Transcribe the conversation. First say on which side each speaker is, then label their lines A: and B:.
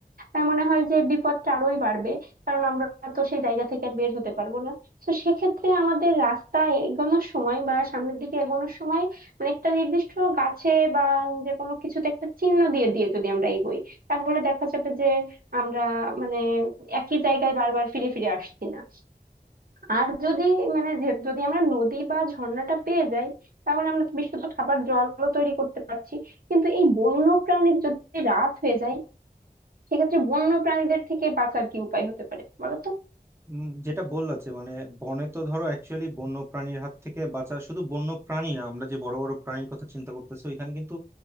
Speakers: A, on the right (about 60°); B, on the right (about 15°).
A: আহ, মনে হয় যে বিপদটা আরোই বাড়বে কারণ আমরা তো সেই জায়গা থেকে আর বের হতে পারবো না তো সেক্ষেত্রে আমাদের রাস্তা এগোনোর সময় বা সামনের দিকে এগোনোর সময় মানে একটা নির্দিষ্ট গাছে বা যে কোনো কিছুতে একটা চিহ্ন দিয়ে দিয়ে যদি আমরা এগোই তাহলে দেখা যাবে যে আমরা মানে একই জায়গায় বারবার ফিরে ফিরে আসছি না আর যদি মানে যে- যদি আমরা নদী বা ঝর্ণাটা পেয়ে যাই তাহলে আমরা তো বিশুদ্ধ খাবার জলও তৈরি করতে পারছি কিন্তু এই বন্য প্রাণীর যদি রাত হয়ে যায় সেক্ষেত্রে বন্য প্রাণীদের থেকে বাঁচার কি উপায় হতে পারে বলো তো
B: উম, যেটা বললা যে মানে বনে তো ধরো অ্যাকচুয়ালি বন্য প্রাণীর হাত থেকে বাঁচা শুধু বন্য প্রাণী না আমরা যে বড় বড় প্রাণীর কথা চিন্তা করতেছি ওইখানে কিন্তু